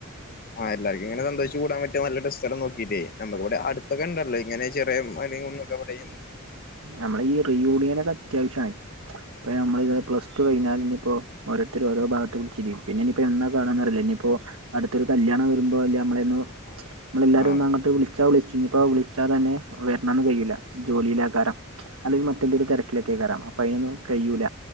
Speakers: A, on the left (about 45°); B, on the right (about 80°).
A: ആ എല്ലാരിക്കിങ്ങന സന്തോഷിച്ച് കൂടാൻ പറ്റിയ നല്ലൊടസ്ഥലം നോക്കിട്ടേ, നമ്മക്കിവടെ അടു ഇപ്പക്കണ്ടല്ലോ ഇങ്ങനെ ചെറിയ മലേം കുന്നൊക്ക അവിടെയും
B: നമ്മള ഈ റീയൂണിയനെക്കെ അത്യാവശ്യായി ഇപ്പ ഞമ്മള് ഇത് പ്ലസ് ഇതു കഴിഞ്ഞാലിനിയിപ്പോ ഓരോരുത്തര് ഓരോ ഭാഗത്തും തിരിയും പിന്നെ ഇനി ഇപ്പോ എന്നാ കാണാന്നറിയില്ല ഇനിപ്പോ അടുത്തൊരു കല്യാണം വരുമ്പോ അല്ലേ നമ്മളെന്നു നമ്മളെല്ലാരും
A: ആഹ്
B: ഒന്ന് അങ്ങട്ട് വിളിച്ചാ വിളിച്ചു ഇഞ്ഞിപ്പോ വിളിച്ചാ തന്നെ വെരണൊന്നും കയ്യൂല്ല. ജോലിള്ളാക്കാരാ അല്ലെങ്കി മറ്റെന്തേലും തെരക്കിലക്കെ കേറാം അപ്പൊ അയിനൊന്നും കഴിയൂല